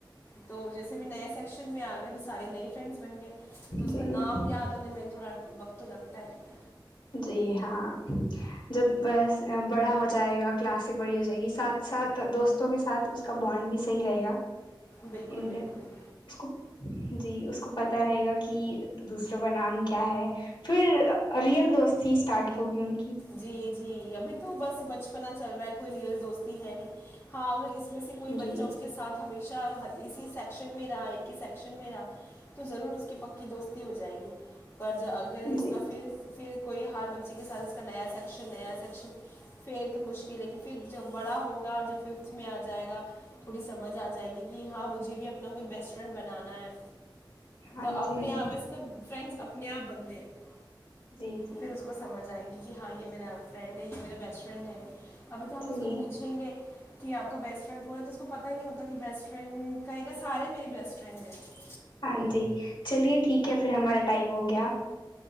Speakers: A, on the left; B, on the left.
A: تو جیسے بھی نئے سیکشن میں آ گئے تو سارے نئے ف بن گئے تو اس
B: جی
A: کا نام یاد ہونے میں تھوڑا وقت تو لگتا ہے
B: جی ہاں جب بڑا ہو جائے گا کلاسیں بڑی ہو جائے گی ساتھ ساتھ دوستوں کے ساتھ اس کا بانڈ بھی صحیح رہے گا
A: بالکل
B: اڈ
A: بالکل
B: اس کو جی اس کو پتا رہے گا کہ دوسروں کا نام کیا ہے پھر رت دوست ہی اسٹارٹ ہوگی ان
A: جی جی ابھی تو بس بچپنا چل رہا ہے کوئی ریئل دوستی ہے نہیں ہاں اگر اس میں سے کوئی
B: جی
A: بچہ اس کے ساتھ ہمیشہ اسی سیکشن رہا ایک ہی سشن میں رہا تو ضرور اس کی پکی دوستی ہو جائے گی پر اگر اس
B: جی
A: کا پھر پھر کوئی ہر بچی کے ساتھ سشن نیا سشن پھر تو مشکل ہے کہ پھر جب بڑا ہوگا جب ففتھ میں آ جائے گا تھوڑی سمجھ آ جائے گی کہ ہاں مجھے بھی اپنا کوئی بیسٹ فرینڈ بنانا ہے
B: ہاں
A: تو اپنے
B: جی
A: آپ ویسے تو فرینڈس اپنے آپ بنتے ہیں
B: جی جی
A: پھر اس کو سمجھ آئے گی کہ ہاں یہ میرا فرینڈ ہے یہ میرا بیسٹ فرینڈ ہے ابھی تو ہم
B: جی
A: اس کو پوچھیں گے کہ آپ کا بیسٹ فرینڈ کون ہے تو اس کو پتہ نہیں ہوتا کہ بیسٹ فرنڈ کہے گا سارے میرری بیسٹ فرینڈ ہیں
B: ہاں جی چلیے ٹھیک ہے پھر ہمارا ٹائم ہو گیا